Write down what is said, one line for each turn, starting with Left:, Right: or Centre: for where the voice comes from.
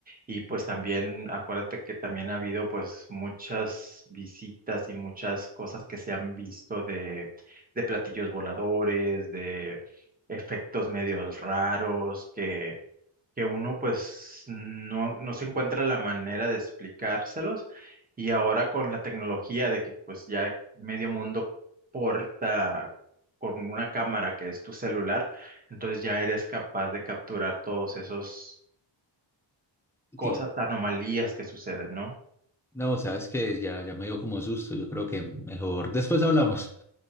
Right: y pues también acuérdate que también ha habido pues muchas visitas y muchas cosas que se han visto de, de platillos voladores, de efectos medios raros que que uno pues no, no se encuentra la manera de explicárselos y ahora con la tecnología de que pues ya medio mundo porta con una cámara que es tu celular, entonces ya eres capaz de capturar todos esos cosas,
Centre: Sí,
Right: anomalías que suceden, ¿no?
Centre: no, sabes que ya, ya me dio como susto, yo creo que mejor después hablamos.